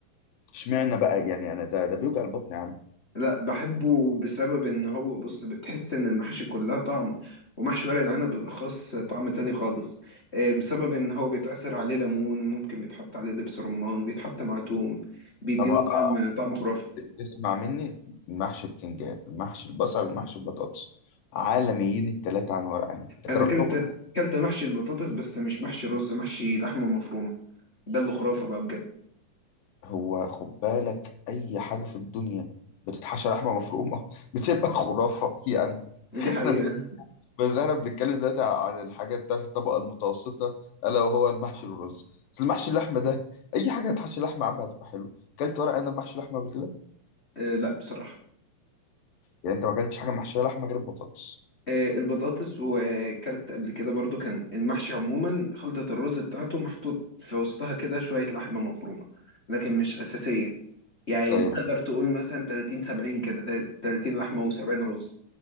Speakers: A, on the left (about 75°); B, on the left (about 35°).
A: اشمعنى بقى يعني أنا ده ده بيوجع البطن يا عم
B: لا بحبه بسبب ان هو بص بتحس ان المحاشي كلها طعم ومحشي ورق العنب بالاخص طعم تاني خالص آه، بسبب ان هو بيتعصر عليه ليمون ممكن بيتحط عليه دبس رمان بيتحط مع توم بيديله
A: طب ه-
B: طعم طعم خرافي
A: تسمع مني محشي بتنجان محشي البصل محشي البطاطس عالميين التلاتة عن ورق عنب أنت
B: انا
A: جربتهم
B: كلت كلت محشي البطاطس بس مش محشي رز محشي لحمه مفرومه ده اللي خرافه بقى بجد
A: هو خد بالك أي حاجة في الدنيا بتتحشى لحمة مفرومة <laughs> بتبقى خرافة يعني
B: دي حقيقه
A: <laughs> بس احنا بنتكلم دلوقتي عن الحاجات بتاعت الطبقة المتوسطة ألا وهو المحشي والرز بس المحشي اللحمة ده أي حاجة هتحشي لحمة عامة هتبقى حلو كلت ورق عنب محشي لحمة قبل كده
B: آه، لا بصراحه
A: يعني أنت ما كلتش حاجة محشية لحمة غير البطاطس
B: آه، البطاطس وكلت قبل كده برضو كان المحشي عموما خلطة الرز بتاعته محطوط في وسطها كده شوية لحمة مفرومة لكن مش أساسية يعني
A: طيب
B: تقدر تقول مثلا 30 70 كده تل- 30 لحمة و70 رز